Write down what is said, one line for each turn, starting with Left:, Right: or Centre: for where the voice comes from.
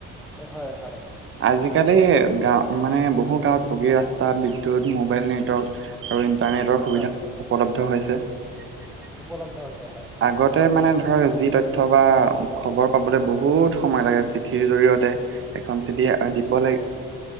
Centre: হয় হয়
Right: আজিকালি গাঁ মানে বহু গাঁৱত পকী ৰাস্তা, বিদ্যুৎ, মোবাইল নেটৱৰ্ক আৰু ইন ইণ্টাৰনেটৰ সুবিধা
Centre: হয়
Right: উপলব্ধ হৈছে। টিটিটি
Centre: উপলব্ধ হৈছে হয়
Right: অহ্ আগতে মানে ধৰা যি তথ অথবা খবৰ পাবলৈ বহুত সময় লাগে চিঠিৰ জৰিয়তে ইহ্ এখন চিঠিয়ে
Centre: চিঠিৰ
Right: দিব
Centre: জৰিয়তে
Right: লাগে।